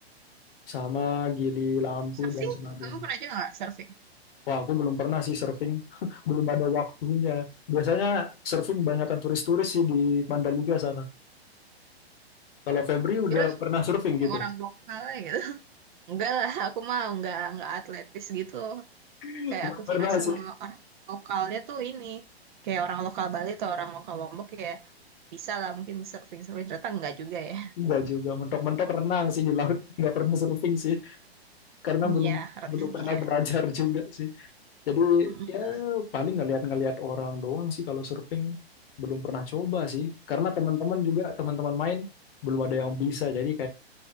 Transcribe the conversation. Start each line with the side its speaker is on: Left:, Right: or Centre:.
Left: sama gili lampu
Right: Surfing,
Left: dan sebagainya.
Right: kamu pernah juga nggak surfing?
Left: Wah, aku belum pernah sih surfing, <laughs> belum ada waktunya. Biasanya surfing banyakkan turis-turis sih di Mandalika sana. Kalau Febri udah
Right: Kira
Left: pernah surfing
Right: kayak
Left: gitu?
Right: orang lokal aja gitu. <laughs> Enggak lah, aku mah nggak nggak atletis gitu.
Left: <laughs>
Right: Kayak
Left: Belum
Right: aku
Left: pernah
Right: kira semua
Left: sih,
Right: orang lokalnya tuh ini kayak orang lokal Bali atau orang lokal Lombok ya bisa lah mungkin surfing surfing ternyata enggak juga ya.
Left: enggak juga. Mentok-mentok renang sih di laut, <laughs> nggak pernah surfing sih, karena
Right: Iya,
Left: belum
Right: renang
Left: belum pernah
Right: iya.
Left: belajar <laughs> juga sih. Jadi
Right: Mm-mm.
Left: ya paling ngeliat-ngeliat orang doang sih kalau surfing. Belum pernah coba sih, karena teman-teman juga teman-teman main belum ada yang bisa. Jadi